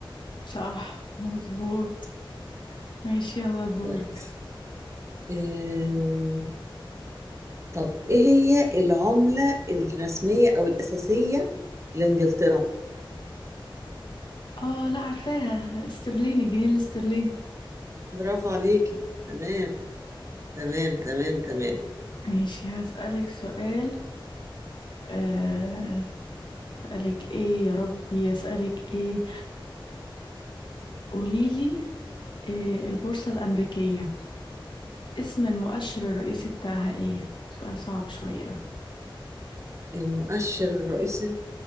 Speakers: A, on the left; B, on the right.
A: صح مظبوط ماشي يلا دورك
B: كويس آه طب ايه هي العملة الرسمية او الأساسية لإنجلترا
A: اه لا عارفاها استرليني الجنيه الاسترليني
B: برافو عليكي تمام تمام تمام تمام
A: ماشي هسألك سؤال آه، أسألك إيه يا ربي أسألك إيه قوليلي آه، البورصة الأمريكية اسم المؤشر الرئيسي بتاعها إيه؟ سؤال صعب شوية
B: المؤشر الرئيسي